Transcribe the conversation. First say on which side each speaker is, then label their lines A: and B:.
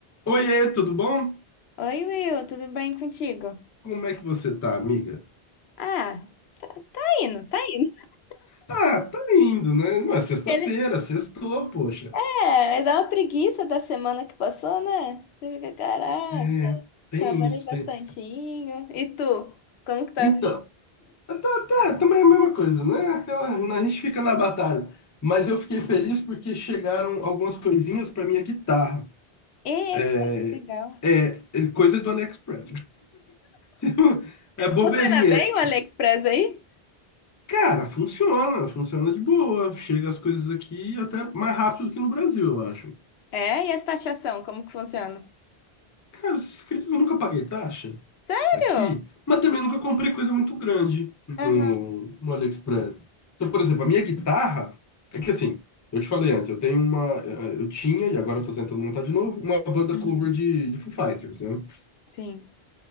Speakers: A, on the left; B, on the left.
A: Oiê, tudo bom?
B: Oi, Will, tudo bem contigo?
A: Como é que você tá, amiga?
B: Ah, tá, tá indo, tá indo. <laughs>
A: Ah, tá indo, né? Não é sexta-feira,
B: Ele-
A: sextou, poxa.
B: É, dá uma preguiça da semana que passou, né? Você fica, caraca,
A: É, tem
B: trabalhei
A: isso,
B: bastantinho.
A: tem.
B: E tu? Como que tá
A: Então,
B: vindo?
A: tá, tá, tá, também é a mesma coisa, né? Aquela, né, a gente fica na batalha. Mas eu fiquei feliz porque chegaram algumas coisinhas pra minha guitarra.
B: Eita,
A: É,
B: que legal.
A: é, é coisa do AliExpress. <laughs> É bobeirinha.
B: Funciona bem
A: É-
B: o AliExpress aí?
A: Cara, funciona, funciona de boa. Chega as coisas aqui até mais rápido do que no Brasil, eu acho.
B: É, e as taxação, como que funciona?
A: Cara, você acredita que eu nunca paguei taxa?
B: Sério?
A: aqui, mas também nunca comprei coisa muito grande no,
B: Aham.
A: no AliExpress. Então, por exemplo, a minha guitarra, é que assim, eu te falei antes, eu tenho uma, eh, eu tinha, e agora eu tô tentando montar de novo, uma banda
B: Uhum.
A: cover de, de Foo Fighters, né?
B: Sim.